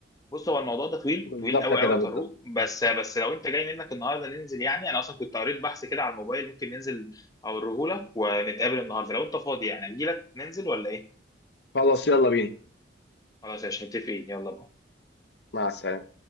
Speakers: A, on the left; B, on the left.
A: بص هو الموضوع ده طويل
B: بالظبط
A: طويل قوي
B: كده
A: قوي يا
B: بالظبط
A: طارق بس بس لو انت جاي منك النهارده ننزل يعني انا اصلا كنت قريت بحث كده على الموبايل ممكن ننزل اوريه لك ونتقابل النهارده لو انت فاضي يعني اجي لك ننزل ولا ايه؟
B: خلاص يلا بينا
A: خلاص يا باشا متفقين يلا بقى
B: مع السلامة